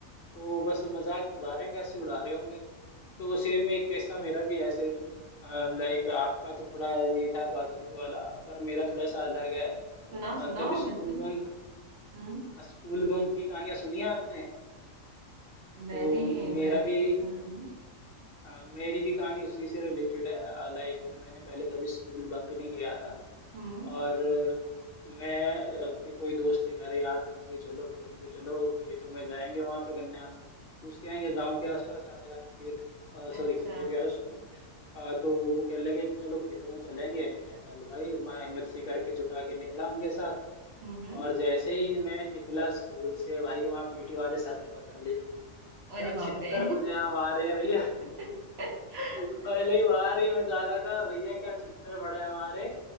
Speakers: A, on the left; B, on the right.
A: तो वो बस वो मजाक ही उड़ा रहे होंगे हंसी उड़ा रहे होंगे तो सेम एक ऐसा मेरा भी ऐसे ही कुछ लाइक आपका तो थोड़ा ये था बातचीत वाला पर मेरा थोड़ा सा अलग है
B: सुनाओ
A: अ,
B: सुनाओ
A: कभी स्कूल
B: बिल्कुल
A: बंक
B: हम्म
A: स्कूल बंक की कहानियां सुनी है आपने
B: मैंने
A: तो मेरा
B: मैंने
A: भी
B: हम्म हम्म
A: अ, मेरी भी कहानी उसी से रिलेटेड है लाइक मैंने पहले कभी स्कूल बंक नहीं किया था
B: हम्म,
A: और अ, मैं अ, कि कोई दोस्त थे कह रहे यार तुम भी चलो का तुम भी चलो खेतों में जाएंगे वहां पे गन्ने आने चूस के आएंगे गांव के आसपास था मेरा खेत सॉरी
B: अच्छा
A: खेत कह रहा हूँ, स्कूल अ, तो वो कहने लगे कि चलो खेतों में चलेंगे मैं चल भाई मैं हिम्मत सी करके जुटा के निकला उनके साथ
B: हम्म हम्म
A: और जैसे ही मैं निकला स्कूल से भाई वहाँ पीटी वाले सर ने पकड़ लिया क्या
B: अरे बाप
A: छित्तर
B: रे
A: बजे हमारे भैया
B: <laughs>
A: पहली बार ही मैं जा रहा था भैया क्या चित्तर पड़े हमारे